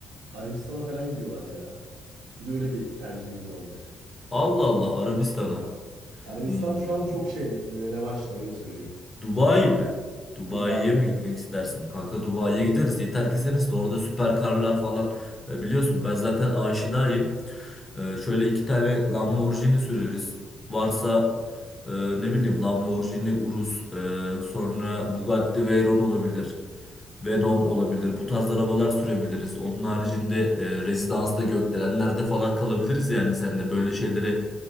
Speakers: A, on the right; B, on the left.
A: Arabistan'a falan gidiyorlar ya. Bir de öyle bir tercihimiz olabilir.
B: Allah Allah Arabistan'a.
A: Arabistan
B: Hmm.
A: şu an çok şey e, revaçta öyle söyleyeyim.
B: Dubai mi? Dubai'ye
A: Dubai
B: mi
A: evet.
B: gitmek istersin? Kanka Dubai'ye
A: Evet.
B: gideriz. Yeter ki seniz de Orada süper karlar falan. E, biliyorsun ben zaten aşinayım. E, şöyle iki tane Lamborghini süreriz. Varsa e, ne bileyim Lamborghini Urus. e, sonra Bugatti Veyron olabilir. Venom olabilir. Bu tarz arabalar sürebiliriz. Onun haricinde e, rezidansta gökdelenlerde falan kalabiliriz yani seninle. Böyle şeyleri